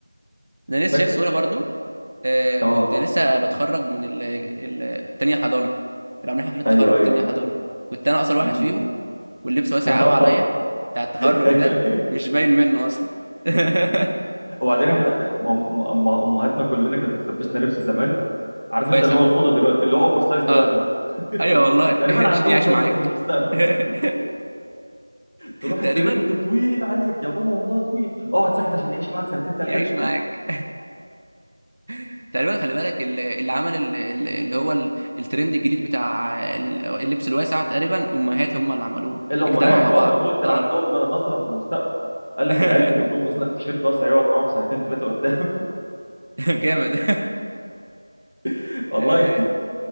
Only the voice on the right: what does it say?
انا لسه
شايف صوره برضو آه
كنت لسه بتخرج من ال... ال... التانية حضانة كانوا عاملين حفلة تخرج
في
تانية حضانة كنت أنا أقصر واحد
فيهم واللبس واسع
قوي عليا
بتاع التخرج
ده
مش باين منه أصلا <laughs>
واسع
اه
أيوه والله
<laughs>
عشان يعيش
معاك
<laughs>
تقريبا
يعيش معاك <laughs> تقريبا خلي بالك ال- اللي عمل ال- ال- اللي هو ال- الترند الجديد بتاع ال- اللبس الواسع تقريبا امهات هم اللي عملوه
اجتمعوا مع بعض
اه
<laughs>
<laughs> جامد
<laughs>
آه.